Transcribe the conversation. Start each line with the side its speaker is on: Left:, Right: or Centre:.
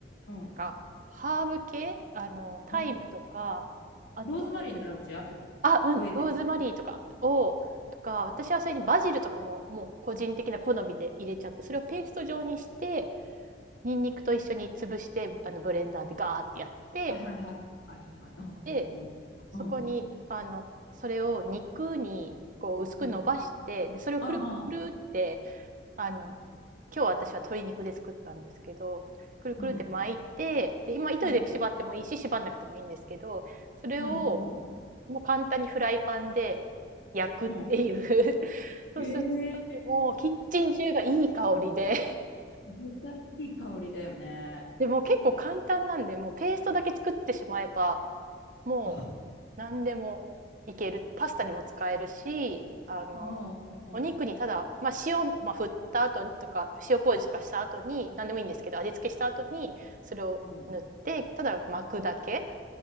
Left: うん、
Right: なんか、ハーブ系、あの、タイムとか、
Left: うん。
Right: あと、
Left: ローズマリーならうちある。
Right: あ、うん、
Left: 植えてる。
Right: ローズマリーとかを、とか、私はそれにバジルとかも、もう個人的な好みで入れちゃって、それをペースト状にして、ニンニクと一緒に潰して、あの、ブレンダーでガーってやって、
Left: はいはいはい。はいはい。ああ、
Right: で、
Left: うん、
Right: そこに、
Left: うん、
Right: あの、それを肉に、
Left: う
Right: こう、薄く伸ばして、
Left: ん、うん。
Right: で、それをくるくるって、
Left: ああ、
Right: あの、
Left: うん、
Right: 今日私は鶏肉で作ったんですけどくるくるって巻いてで今糸で縛ってもいいし縛んなくてもいいんですけどそれを
Left: うん、うん、うん、うん。
Right: もう簡単にフライパンで焼くっていう
Left: うん
Right: <laughs> そうすると
Left: ええ
Right: もうキッチン中がいい香りで
Left: 絶対いい香りだよね。
Right: でもう結構簡単なんでもうペーストだけ作ってしまえばもう何でもいける。
Left: <laughs> あ
Right: パスタにも使えるし、あの、
Left: あ、うん、う
Right: お肉にただ、まあ、塩、まあ、振った後とか、塩麹とかした後に、何でもいいんですけど、味付けした後に、それを塗って、
Left: ん、うん。
Right: ただ巻くだけ。